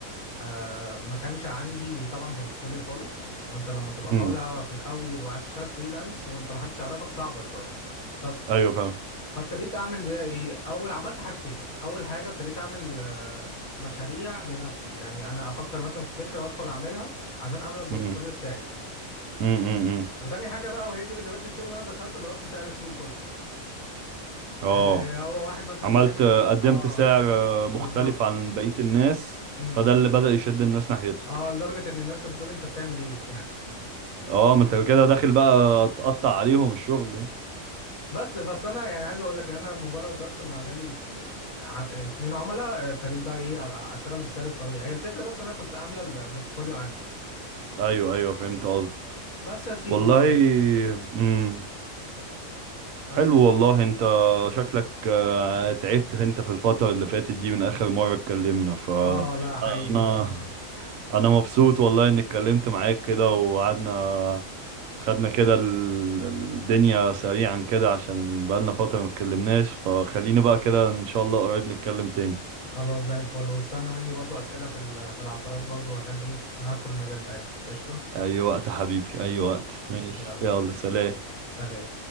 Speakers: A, on the left (about 80°); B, on the right (about 75°).
A: آه ما كانش عندي طبعا بورتفوليو خالص وانت لما تبقى
B: امم
A: طالع في الاول وعايز تشتغل فريلانس وانت ما حدش يعرفك صعبه شويه فب...
B: ايوه فاهم
A: فابتديت اعمل بقى ايه اول عملت حاجتين اول حاجه ابتديت اعمل آه، مشاريع لنفسي يعني انا افكر مثلا في فكره وادخل اعملها عشان اعمل البورتفوليو
B: امم
A: بتاعي
B: امم امم امم.
A: وتاني حاجه بقى وهي دي اللي جابت لي الشغل انا دخلت ضربت سعر السوق كله
B: اه
A: إيه هو واحد مثلا
B: عملت
A: بيعمل ال...
B: قدمت
A: اه
B: سعر مختلف
A: بالظبط
B: عن بقية الناس
A: امم
B: فده اللي بدأ يشد الناس ناحيتك
A: اه لدرجه ان الناس كانت بتقول انت بتعمل ايه <laughs>
B: اه ما انت كده داخل بقى تقطع عليهم الشغل
A: بس بس انا يعني عايز اقول لك ان انا مجرد بس ما جالي ت- آه، ع- آه، اتنين عملاء آه، ابتديت بقى ايه ابقى اشتغل بالسعر الطبيعي هي الفكره بس إن انا كنت املى ال- البورتفوليو عندي
B: ايوه ايوه فهمت قصدك
A: بس يا سيدي
B: والله
A: يعني
B: امم
A: بس
B: حلو والله انت شكلك آه، تعبت انت في الفترة اللي فاتت دي من اخر مرة اتكلمنا فانا
A: اه لا حقيقي
B: انا مبسوط والله اني اتكلمت معاك كده وقعدنا خدنا كده ال- الدنيا سريعا كده عشان بقالنا فترة ما اتكلمناش فخليني بقى كده ان شاء الله قريب نتكلم تاني
A: خلاص زي الفل واستنى مني برضو اسئله في ال- في العقارات برضو عشان ايه انا هدخل المجال ده يعني قشطه
B: اي وقت يا حبيبي اي وقت ماشي
A: يلا
B: يلا سلام
A: سلام